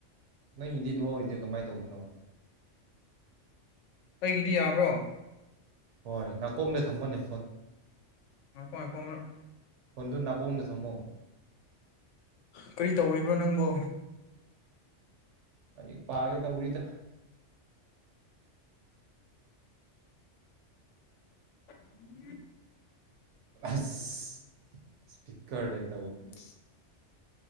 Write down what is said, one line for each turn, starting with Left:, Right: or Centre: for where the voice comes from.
Right: ꯅꯪꯒꯤꯗꯤ ꯂꯣꯏꯑꯣꯏꯗꯦ ꯀꯃꯥꯏꯅ ꯇꯧꯕꯅꯣ
Left: ꯑꯩꯒꯤꯗꯤ ꯌꯥꯕ꯭ꯔꯣ
Right: ꯍꯣꯏ ꯅꯥꯀꯣꯡꯗ ꯊꯝꯕꯅꯦ
Left: ꯉꯥꯏꯈꯣ ꯉꯥꯏꯈꯣ ꯑꯃꯔꯛ
Right: ꯐꯣꯟꯗꯨ ꯅꯥꯀꯣꯡꯗ ꯊꯝꯃꯣ
Left: ꯀꯔꯤ ꯇꯧꯔꯤꯕ꯭ꯔꯣ ꯅꯪꯕꯨ
Right: ꯍꯧꯖꯤꯛ ꯄꯥꯒꯦ ꯇꯧꯔꯤꯗ
Left: ꯎꯝ
Right: <unintelligible>
Left: <unintelligible>